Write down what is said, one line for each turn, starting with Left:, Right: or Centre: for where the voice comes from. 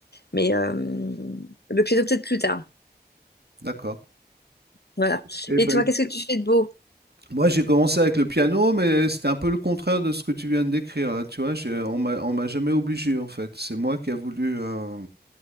Left: Mais euh, le piano, peut-être plus tard.
Right: D'accord.
Left: Voilà.
Right: Eh
Left: Et
Right: ben,
Left: toi, qu'est-ce que tu fais de beau?
Right: moi j'ai commencé avec le piano, mais c'était un peu le contraire de ce que tu viens de décrire. là, Tu vois, j'ai- on m'a, on m'a jamais obligé en fait. C'est moi qui a voulu. euh,